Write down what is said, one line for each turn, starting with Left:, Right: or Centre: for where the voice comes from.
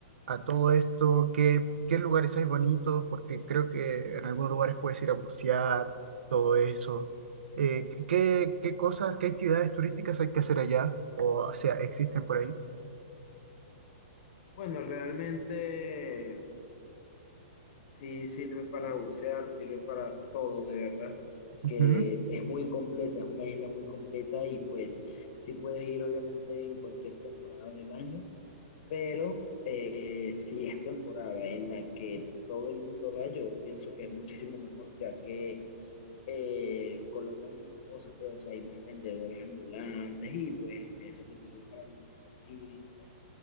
Right: a todo esto. ¿Qué, qué lugares hay bonitos? Porque creo que en algunos lugares puedes ir a bucear, todo eso. Eh, ¿qué, qué cosas, qué actividades turísticas hay que hacer allá? O, o sea, existen por
Left: bueno, realmente... Sí, sirve para bucear, sirve para todo, de verdad,
Right: ahí.
Left: que es muy completa, es una isla muy completa y pues sí puedes ir obviamente en cualquier temporada del año, pero eh, si es temporada en la que todo el mundo va, yo pienso que es muchísimo mejor, ya que eh, colocan más cosas, pues, o sea, hay más vendedores ambulantes y pues eso te sirve para los recuerditos